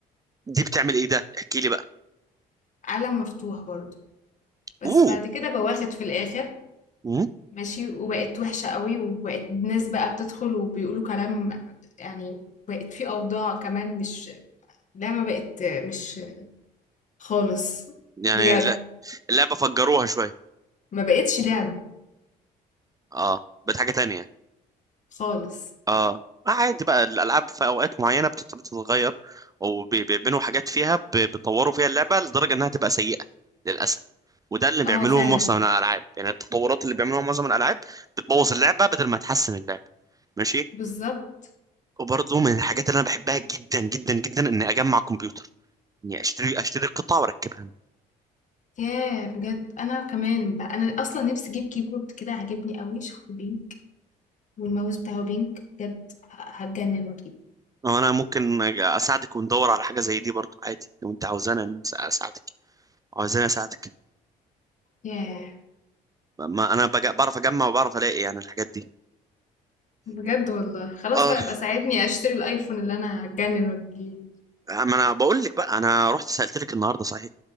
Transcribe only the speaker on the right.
دي بتعمل ايه ده احكي لي بقى
اوه
مم.
يعني
لا- اللعبة فجروها شوية
اه بقت حاجة تانية
اه آه، عادي بقى الالعاب في اوقات معينه بتت- بتتغير وبيعملوا حاجات فيها ب- بيطوروا فيها اللعبه لدرجه انها تبقى سيئه للاسف وده اللي بيعملوه
معظم الالعاب يعني التطورات اللي بيعملوها معظم الالعاب بتبوظ اللعبه بدل ما تحسن اللعبه ماشي
وبرضه من الحاجات اللي انا بحبها جدا جدا جدا اني اجمع كمبيوتر اني اشتري اشتري قطع واركبها انا
أو أنا ممكن أج- اساعدك وندور على حاجه زي دي برضه عادي لو انت عاوزانا نس- اساعدك عاوزاني اساعدك
ما انا بج- بعرف اجمع وبعرف الاقي يعني الحاجات دي
اه
آه، ما انا بقول لك بقى انا رحت سالت لك النهارده صحيح